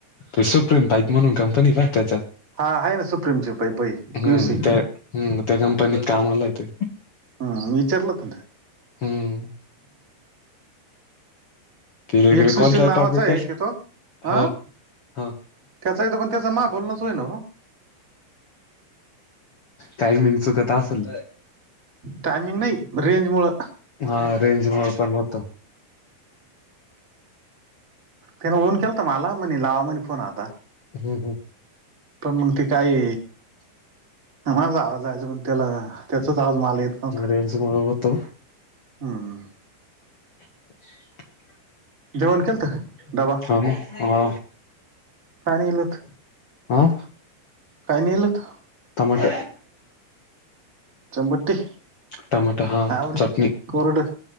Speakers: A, on the left; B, on the right.
A: ते सुप्रीम पाईप म्हणून कंपनी हाय त्याच्यात.
B: हा आहे ना सुप्रीमचे पै पै
A: हम्म
B: पीयूसी
A: त्या हम्म त्या कंपनीत कामला हाय ते.
B: हम् विचारलत
A: हम्म. तिकडे गेले
B: एक सशील
A: कोणता
B: नावाच
A: टॉपिक
B: आहे क तो, हं?
A: हा हा
B: त्याचा येतो पण त्याचं मा बोलणंच होईना वो.
A: टायमिंग चुकत असल.
B: टायमिंग नाही, रेंज मुळं.
A: हा रेंज मुळ पण होत
B: त्यान उन केलंता मला म्हणे लावा म्हणे फोन आता.
A: हम् हम्.
B: पण मग ते काय, माझा आवाज जायच पण त्याला त्याचाच आवाज माला येत नव्हता
A: रेंज मुळ होतो.
B: हम्म.
A: <inaudible>
B: जेवण केलंत, डबा
A: हा म, हा.
B: काय नेलत?
A: हा
B: काय नेलत?
A: टमाटर.
B: चंबटी?
A: टमाट
B: नाय
A: हा
B: आवडत,
A: चटणी
B: कोरड.